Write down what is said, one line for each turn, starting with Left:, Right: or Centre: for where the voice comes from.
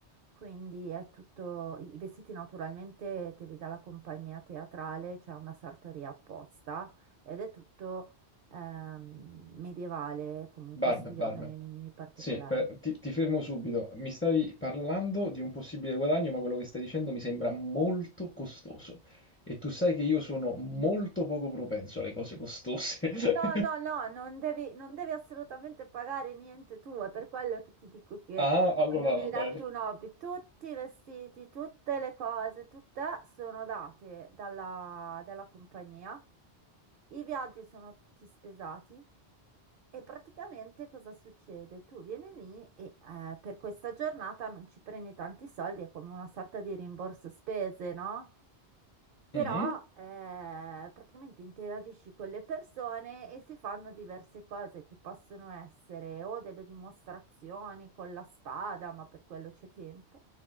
Right: quindi è tutto, i i vestiti naturalmente te li dà la compagnia teatrale, c'è una sartoria apposta ed è tutto ehm, medievale, comunque
Left: Barbe,
Right: studiato
Left: barbe.
Right: nei minimi particolari.
Left: Sì, per- ti, ti fermo subito. Mi stavi parlando di un possibile guadagno, ma quello che stai dicendo mi sembra molto costoso. E tu sai che io sono molto poco propenso alle cose costose. <laughs>
Right: No, no, no, non devi, non devi assolutamente pagare niente tu, è per quello che ti dico che
Left: Ah, allora
Right: quando mi
Left: va
Right: hai
Left: bene.
Right: dato un hobby, tutti i vestiti, tutte le cose, tutte sono date dalla, dalla compagnia, i viaggi sono tutti spesati e praticamente cosa succede? Tu vieni lì e eh, per questa giornata non ci prendi tanti soldi, è come una sorta di rimborso spese, no? Però
Left: Mhm.
Right: eh, praticamente interagisci con le persone e si fanno diverse cose che possono essere o delle dimostrazioni con la spada, ma per quello c'è tempo,